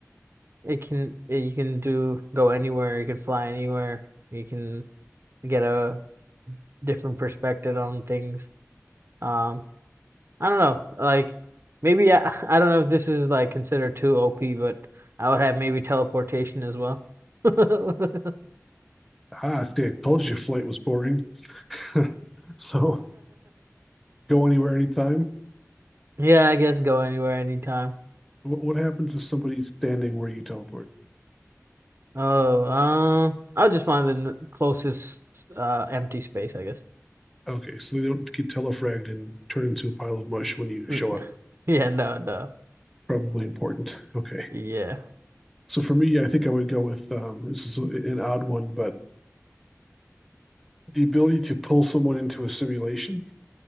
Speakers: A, on the right; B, in the centre.
A: it can you can do go anywhere, you can fly anywhere, you can get a different perspective on things. Um, I don't know. Like maybe I, <laughs> I don't know if this is like considered too OP, but I would have maybe teleportation as well. <laughs>
B: Ah, see, I told you flight was boring. <laughs> so go anywhere, anytime.
A: Yeah, I guess go anywhere anytime.
B: What, what happens if somebody's standing where you teleport?
A: Oh, um, I'll just find the n- closest uh empty space, I guess.
B: Okay, so they don't get telefragged and turn into a pile of mush when you show
A: Mm, <laughs>
B: up.
A: Yeah, no, no.
B: Probably important. Okay.
A: Yeah.
B: So for me, I think I would go with um, this is an odd one, but the ability to pull someone into a simulation.